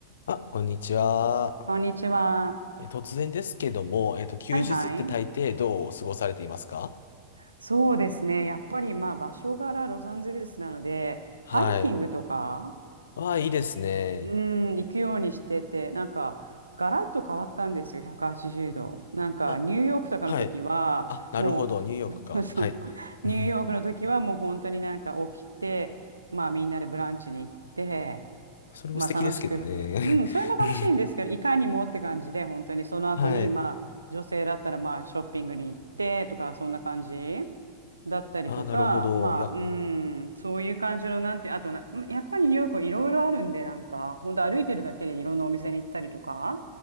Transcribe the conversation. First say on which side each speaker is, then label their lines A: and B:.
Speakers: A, on the left; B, on the right.
A: あ、こんにちは。
B: こんにちは。
A: え突然ですけども、えっと、休日って大抵どう過ごされていますか
B: はいはい。そうですね。やっぱりまあ場所柄ロサンゼルスなので、
A: はい。
B: ハイキングとか、
A: わあ、いいですね。
B: うん、行くようにしてて、なんか、ガラッと変わったんですよ、180度。なんか、
A: あ、
B: ニューヨークとかの時は、
A: はい。あ、なるほど。
B: もう、
A: ニューヨークか。
B: <laughs> そう、
A: はい。
B: ニューヨークの時はもう本当になんか起きて、
A: <laughs> うん
B: まあみんなでブランチに行って、
A: それも素敵ですけどね。
B: まあ楽しく、うん、それも楽しいんですけど、
A: <laughs> うん
B: いかにもって感じで、本当にその後に、
A: はい。
B: まあ、女性だったら、まあ、ショッピングに行ってとか、そんな感じだったりとか、
A: あ、なるほど。
B: まあ、
A: いや、
B: うん、
A: ね
B: そういう感じの、なんて、あとな、やっぱりニューヨークはいろいろあるんで、なんか、本当歩いてるだけでいろんなお店に行ったりとか、